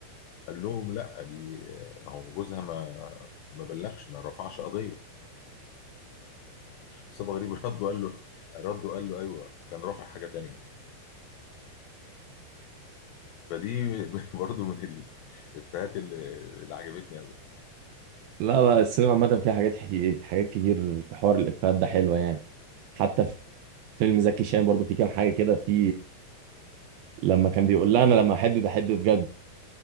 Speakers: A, on the left; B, on the right.
A: قال لهم لا دي ما هو جوزها ما ما بلغش ما رفعش قضيه مصطفى غريب رد وقال له رد وقال له ايوه كان رافع حاجه تانيه فدي <laughs> برضو من ال- الافيهات اللي, اللي عجبتني قوي
B: لا لا السينما عامة فيها حاجات حي- حاجات كتير في حوار الإفيهات ده حلوة يعني حتى في فيلم زكي شان برضو في كام حاجة كده في لما كان بيقول لها انا لما احب بحب بجد